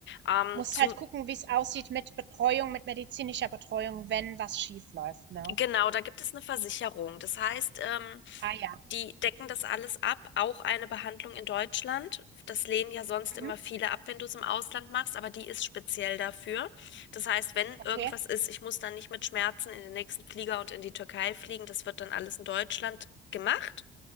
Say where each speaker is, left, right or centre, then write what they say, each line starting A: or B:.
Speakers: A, on the left; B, on the right.
A: Ähm,
B: musst
A: zu
B: halt gucken, wie es aussieht mit Betreuung, mit medizinischer Betreuung, wenn was schief läuft, ne?
A: Genau, da gibt es eine Versicherung. Das heißt, ähm,
B: Ah ja.
A: die decken das alles ab, auch eine Behandlung in Deutschland. Das lehnen ja sonst
B: Mhm.
A: immer viele ab, wenn du es im Ausland machst, aber die ist speziell dafür. Das heißt, wenn
B: Okay.
A: irgendwas ist, ich muss dann nicht mit Schmerzen in den nächsten Flieger und in die Türkei fliegen. Das wird dann alles in Deutschland gemacht.